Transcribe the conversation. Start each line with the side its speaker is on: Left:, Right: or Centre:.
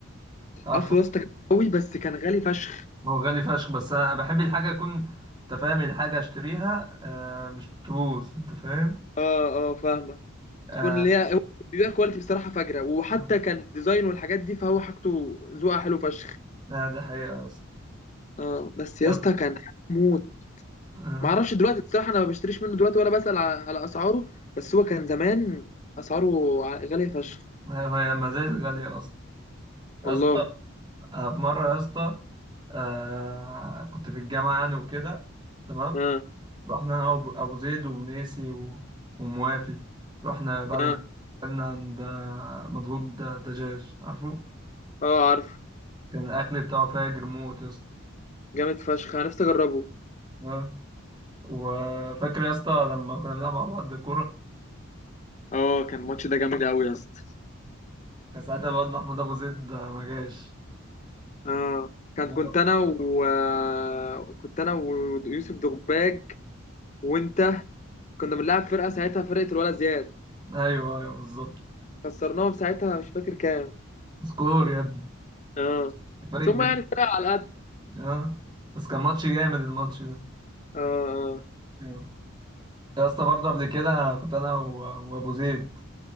Right: عارفه
Left: افرو يا اسطى كان قوي بس كان غالي فشخ
Right: هو غالي فشخ بس انا بحب الحاجه يكون انت فاهم الحاجه اشتريها آه، مش تبوظ انت فاهم
Left: اه اه فاهمه
Right: آه،
Left: تكون ليها بيبقى كواليتي بصراحه فجره وحتى
Right: آه،
Left: كان ديزاين والحاجات دي فهو حاجته ذوقها حلو فشخ
Right: آه، دي حقيقه يا اسطى
Left: اه بس يا
Right: يا
Left: اسطى
Right: اسطى
Left: كان موت
Right: آه،
Left: ما اعرفش دلوقتي بصراحه انا ما بشتريش منه دلوقتي ولا بسال على على اسعاره بس هو كان زمان اسعاره ع- غاليه فشخ
Right: أيوة، هي مزاج غاليه اصلا يا
Left: والله
Right: اسطى أنا في مره يا اسطى آه، كنت في الجامعه يعني وكده تمام
Left: اه
Right: رحنا انا وابو أبو زيد ومنيسي و- وموافي رحنا بعد
Left: اه
Right: الجامعة اكلنا عند آه، مضغوط د- دجاج عارفه
Left: اه عارف
Right: كان الاكل بتاعه فاجر موت يا اسطى
Left: جامد فشخ انا نفسي اجربه
Right: آه. وفاكر يا اسطى لما كنا بنلعب مع بعض كوره
Left: اه كان الماتش ده جامد قوي يا اسطى
Right: كان ساعتها الواد محمود ابو زيد آه، ما جاش
Left: اه كان
Right: آه.
Left: كنت انا و آه، كنت انا ويوسف دغباج وانت كنا بنلعب فرقه ساعتها فرقه الولد زياد
Right: ايوه ايوه بالظبط
Left: خسرناهم ساعتها مش فاكر كام
Right: سكور يا ابني
Left: اه
Right: فرق
Left: ثم
Right: كبير
Left: يعني فرقه على قد
Right: اه بس كان ماتش جامد الماتش ده
Left: اه اه
Right: آه. يا اسطى برضه قبل كده كنت انا و- وابو زيد